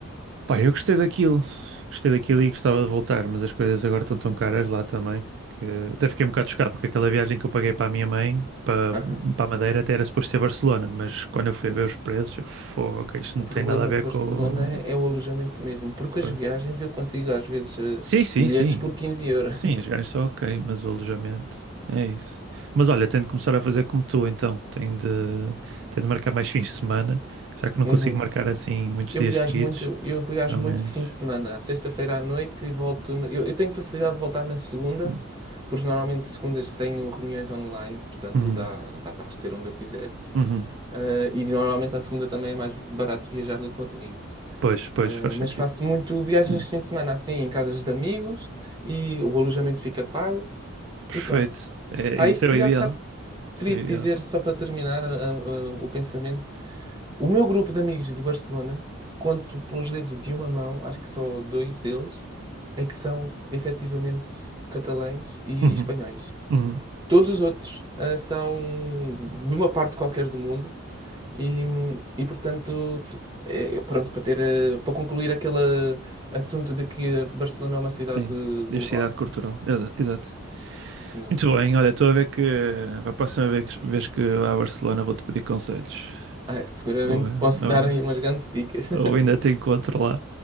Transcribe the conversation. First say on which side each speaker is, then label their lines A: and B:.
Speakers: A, on the right; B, on the right.
A: Pá, eu gostei daquilo. Gostei daquilo e gostava de voltar, mas as coisas agora estão tão caras lá também que até fiquei um bocado chocado porque aquela viagem que eu paguei para a minha mãe, para,
B: Aham.
A: para a Madeira, até era suposto ser Barcelona, mas quando eu fui a ver os preços, eu, fogo, ok, isto não
B: O problema
A: tem nada a ver
B: de Barcelona
A: com.
B: é é o alojamento mesmo, porque as
A: eh,
B: viagens eu consigo às vezes eh,
A: Sim, sim,
B: bilhetes
A: sim.
B: por 15 euros.
A: Sim,
B: <laughs>
A: as viagens são ok, mas o alojamento é isso. Mas olha, tenho de começar a fazer como tu, então. Tenho de, tenho de marcar mais fins de semana, já que não
B: Uhum.
A: consigo marcar assim muitos
B: Eu
A: dias
B: viajo
A: seguidos,
B: muito, eu viajo
A: ao
B: muito
A: menos.
B: de fim de semana, à sexta-feira à noite e volto. no- Eu, eu tenho facilidade de voltar na segunda,
A: É.
B: porque normalmente segundas tenho reuniões online, portanto
A: Uhum,
B: dá, dá para as ter onde eu quiser.
A: uhum.
B: Eh, e normalmente à segunda também é mais barato viajar do que ao domingo.
A: Pois, pois,
B: Eh,
A: faz sentido.
B: mas faço muito viagens
A: É.
B: de fim de semana, assim, em casas de amigos, e o alojamento fica pago,
A: Perfeito.
B: e pronto.
A: É,
B: Ah,
A: isso
B: isto,
A: é o
B: e
A: ideal.
B: há bocado
A: Isso
B: Queria-te
A: é o ideal.
B: dizer, só para terminar a- a- o pensamento, o meu grupo de amigos de Barcelona, conto pelos dedos de uma mão, acho que só dois deles, é que são efetivamente catalães e
A: Uhum,
B: espanhóis.
A: uhum.
B: Todos os outros, ah, são de uma parte qualquer do mundo e, e portanto, é, pronto, para ter, ah, para concluir aquele assunto de que
A: S-
B: Barcelona é uma cidade
A: Sim, diversidade
B: global.
A: cultural. Exa- Exato.
B: Não.
A: Muito bem, olha, estou a ver que a próxima vez, vez que vá a Barcelona vou-te pedir conselhos.
B: Ah, seguramente
A: Ou, ou,
B: posso dar aí umas grandes dicas. <laughs>
A: ou ainda te encontro lá.